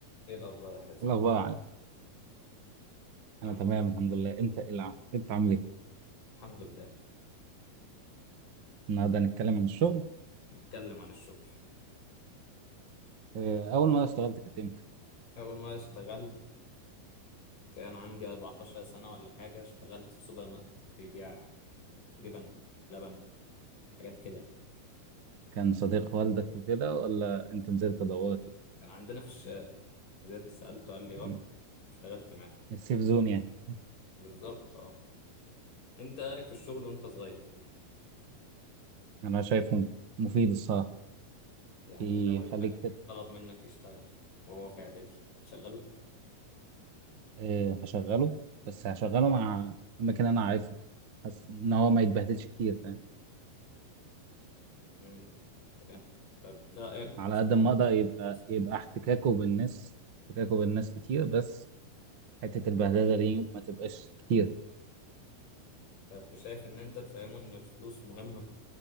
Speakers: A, on the left; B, on the right.
A: ايه الاخبار يا حازم
B: إيه الأخبار يا علي؟
A: الحمد
B: أنا تمام
A: لله
B: الحمد لله، أنت إيه الع... أنت عامل إيه؟
A: الحمد لله
B: النهاردة هنتكلم عن الشغل،
A: نتكلم عن الشغل
B: إيه، أول مرة اشتغلت كانت إمتى؟
A: اول ما اشتغلت كان عندي 14 سنه ولا حاجه اشتغلت في سوبر ماركت بيبيع جبن لبن حاجات كده
B: كان صديق والدك وكده ولا أنت نزلت
A: يعني.
B: دورت؟
A: كان عندنا في الشارع نزلت سالته قال لي اه
B: مم.
A: اشتغلت معاه
B: السيف زون يعني،
A: بالظبط اه انت رايك في الشغل وانت صغير
B: أنا شايفه مفيد الصراحة،
A: يعني
B: بيخليك
A: لو ابنك
B: تت...
A: طلب منك يشتغل وهو في اعدادي هتشغله
B: إيه، هشغله بس هشغله مع أماكن أنا عارفها، حاسس إن هو ما يتبهدلش كتير فاهم؟
A: مم. فاهم. طب رايك
B: على
A: في الشغل
B: قد ما أقدر
A: وسط
B: يبقى
A: الناس
B: يبقى احتكاكه بالناس احتكاكه بالناس كتير بس حتة البهدلة دي ما تبقاش كتير.
A: طب وشايف ان انت تفهمه ان الفلوس مهمه